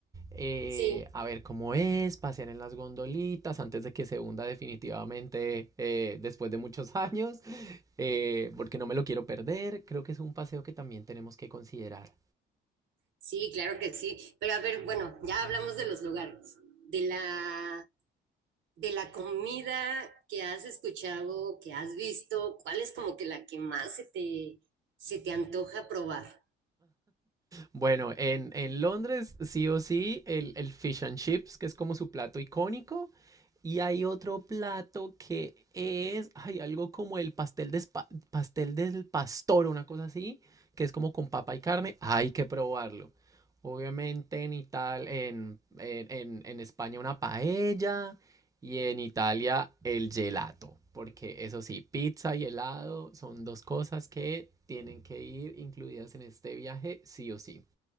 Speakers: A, on the right; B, on the right.
A: eh,
B: Sí,
A: a ver cómo es, pasear en las gondolitas antes de que se hunda definitivamente eh, después de muchos <laughs> años, eh, porque no me lo quiero perder. Creo que es un paseo que también tenemos que considerar.
B: sí, claro que sí. Pero a ver, bueno, ya hablamos de los lugares, de la, de la comida que has escuchado, que has visto, ¿cuál es como que la que más se te, se te antoja probar?
A: Bueno, en, en Londres, sí o sí, el, el fish and chips, que es como su plato icónico. Y hay otro plato que es, hay algo como el pastel, de espa- pastel del pastor, una cosa así, que es como con papa y carne. Hay que probarlo. Obviamente en Italia, en, en, en- en España una paella y en Italia el gelato. Porque eso sí, pizza y helado son dos cosas que tienen que ir incluidas en este viaje, sí o sí.